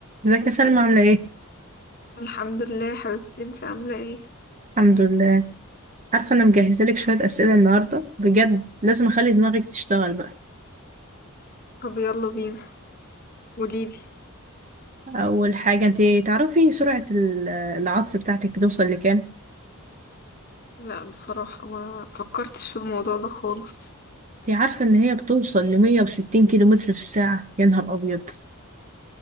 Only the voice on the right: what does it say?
ازيك يا سلمى عاملة ايه؟
الحمد لله عارفة انا مجهزة لك شوية اسئلة النهاردة بجد لازم اخلي دماغك تشتغل بقى
اول حاجة انت تعرفي سرعة ال- العطس بتاعتك بتوصل لكام؟
انت عارفة ان هي بتوصل لمية وستين كيلو متر في الساعة يا نهار ابيض